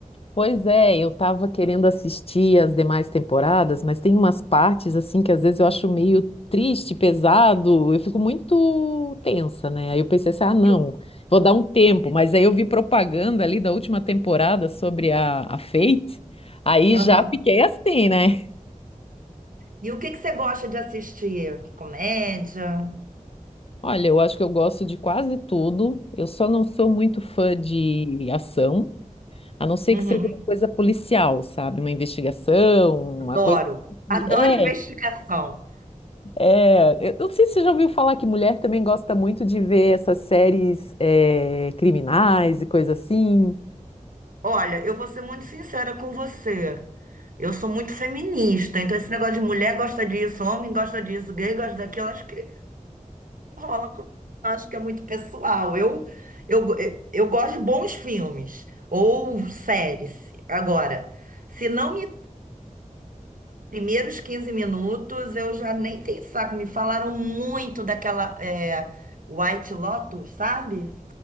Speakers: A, on the left; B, on the right.
A: Pois é, eu tava querendo assistir as demais temporadas, mas tem umas partes assim que às vezes eu acho meio triste, pesado, eu fico muito tensa, né? Aí eu pensei assim, ah, não,
B: E o,
A: vou dar um tempo, mas aí eu vi propaganda ali da última temporada sobre a, a Fate, aí
B: Aham.
A: já fiquei assim, né?
B: E o que que você gosta de assistir? Comédia?
A: Olha, eu acho que eu gosto de quase tudo, eu só não sou muito fã de ação, a não ser
B: Uhum,
A: que seja uma coisa policial, sabe? Uma investigação,
B: Adoro.
A: uma coisa.
B: Adoro
A: É,
B: investigação.
A: É, eu eu não sei se você já ouviu falar que mulher também gosta muito de ver essas séries é, criminais e coisa assim.
B: Olha, eu vou ser muito sincera com você. Eu sou muito feminista, então esse negócio de mulher gosta disso, homem gosta disso, gay gosta daquilo, acho que rola com... Acho que é muito pessoal. Eu, eu, eu gosto de bons filmes ou séries. Agora, se não me primeiros 15 minutos, eu já nem tenho saco. Me falaram muito daquela é, White Lotus, sabe?